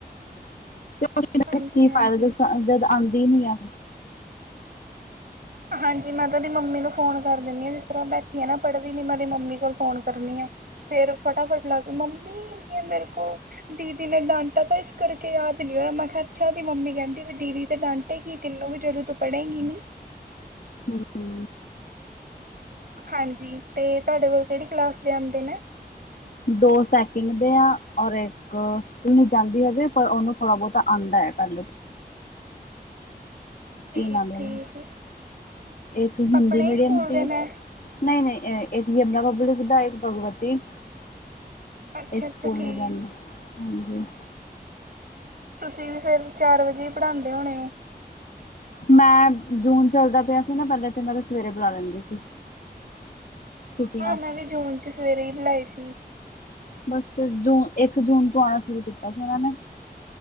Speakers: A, on the left (about 55°); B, on the right (about 60°).
A: <inaudible>
B: ਹਾਂਜੀ
A: ਕੀ
B: ਹਾਂਜੀ
A: ਫਾਇਦਾ ਜਦ ਸਾਂ ਜਦ ਆਂਦੀ ਨੀ ਆ।
B: ਹਾਂਜੀ, ਮੈਂ ਤਾਂ ਓਦੀ ਮੰਮੀ ਨੂੰ ਫੋਨ ਕਰ ਦੇਣੀ ਆਂ, ਜਿਸ ਤਰ੍ਹਾਂ ਬੈਠੀਐ ਨਾ, ਪੜ੍ਹਦੀ ਨੀ, ਮੈਂ ਓਦੀ ਮੰਮੀ ਕੋਲ ਫ਼ੋਨ ਕਰਨੀ ਆਂ। ਫੇਰ ਫਟਾਫਟ ਲੱਗ ਗੀ, ਮੰਮੀ ਯੇ ਮੇਰੇ ਕੋ ਦੀਦੀ ਨੇ ਡਾਂਟਾ ਥਾ, ਇਸ ਕਰਕੇ ਯਾਦ ਨੀ ਹੋਇਆ। ਮੈਂ ਕਿਆ, ਅੱਛਾ! ਓਦੀ ਮੰਮੀ ਕਹਿੰਦੀ ਵੀ ਦੀਦੀ ਤੇ ਡਾਂਟ ਡਾਟੇਗੀ ਤੈਨੂੰ ਵੀ, ਜਦੋਂ ਤੂੰ ਪੜੇਗੀ ਨੀ।
A: ਹਮ, ਹਮ।
B: ਹਾਂਜੀ, ਤੇ ਤਾਡੇ ਕੋਲ ਕੇੜੀ ਕਲਾਸ ਦੇ ਆਂਦੇ ਨੇ?
A: ਦੋ ਸੈਕਿੰਡ ਦੇ ਆ, ਔਰ ਇੱਕ ਸਕੂਲ ਨੀ ਜਾਂਦੀ ਹਜੇ, ਪਰ ਓਨੂੰ ਥੋੜ੍ਹਾ-ਬੋਤਾ ਆਂਦੈ, ਪਹਿਲੇ ਤੋਂ।
B: ਠੀਕ
A: ਤੀਨ ਆਂਦੇ
B: ਠੀਕ
A: ਨੇ, ਏਕ ਹਿੰਦੀ
B: ਆਪਣੇ
A: ਮੀਡੀਅਮ
B: ਹੀ ਸਕੂਲ
A: ਦੀ
B: ਦੇ ਨੇ
A: ਨਈਂ-ਨਈਂ ਅੰ ਇੱਕ ਯਮਨਾ ਪਬਲਿਕ ਦਾ, ਇੱਕ ਭਗਵਤੀ
B: ਅੱਛਾ
A: ਏਕ
B: ਅੱਛਾ
A: ਸਕੂਲ
B: ਠੀਕ
A: ਨੀ ਜਾਂਦੇ, ਹਾਂਜੀ।
B: ਤੁਸੀਂ ਵੀ ਫੇਰ ਚਾਰ ਵਜੇ ਈ ਪੜ੍ਹਾਂਦੇ ਹੋਣੇ ਓ?
A: ਮੈਂ, ਜੂਨ ਚੱਲਦਾ ਪਿਆ ਸੀ ਨਾ ਪਹਿਲਾਂ, ਤੇ ਮੈਂ ਤੇ ਸਵੇਰੇ ਬੁਲਾ ਲੈਂਦੀ ਸੀ। ਛੁੱਟੀਆਂ
B: ਹਾਂ, ਮੈਂ
A: ਚ
B: ਵੀ ਜੂਨ 'ਚ ਸਵੇਰੇ ਈ ਬੁਲਾਏ ਸੀ।
A: ਬਸ ਫੇਰ, ਜੂਨ, ਏਕ ਜੂਨ ਤੋਂ ਆਣਾ ਸ਼ੁਰੂ ਕੀਤਾ ਸੀ ਓਨਾਂ ਨੇ।